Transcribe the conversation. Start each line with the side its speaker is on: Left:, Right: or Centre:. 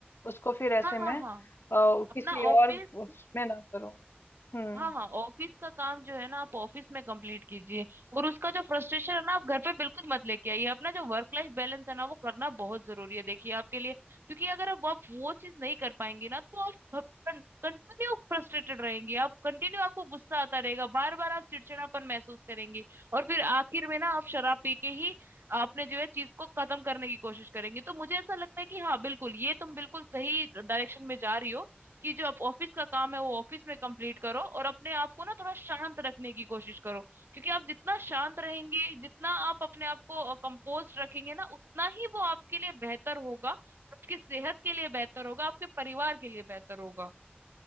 Left: उसको फिर ऐसे
Right: हाँ
Left: मैं
Right: हाँ हाँ
Left: अ, किसी
Right: अपना ऑफिस
Left: और उसमें ना करूं हम्म
Right: हाँ हाँ ऑफिस का काम जो है ना आप ऑफिस में कंप्लीट कीजिए और उसका जो फ्रस्ट्रेशन है ना आप घर पे बिल्कुल मत लेके आइए अपना जो वर्क लाइफ बैलेंस है ना वो करना बहुत जरूरी है देखिए आपके लिए क्योंकि अगर अब आप वो चीज नहीं कर पाएंगी ना तो आप कंटिन्यू फ्रस्ट्रेटेड रहेंगी आप कंटिन्यू आपको गुस्सा आता रहेगा बार बार आप चिड़चिड़ापन महसूस करेंगी और फिर आखिर में ना आप शराब पी के ही आपने जो है चीज को खत्म करने की कोशिश करेंगी तो मुझे ऐसा लगता है कि हाँ बिल्कुल ये तुम बिल्कुल सही डायरेक्शन में जा रही हो कि जो आप ऑफिस का काम है वो ऑफिस में कंप्लीट करो और अपने आप को ना थोड़ा शांत रखने की कोशिश करो क्योंकि आप जितना शांत रहेंगे जितना आप अपने आप को कंपोज रखेंगे ना उतना ही वो आपके लिए बेहतर होगा आपकी सेहत के लिए बेहतर होगा आपके परिवार के लिए बेहतर होगा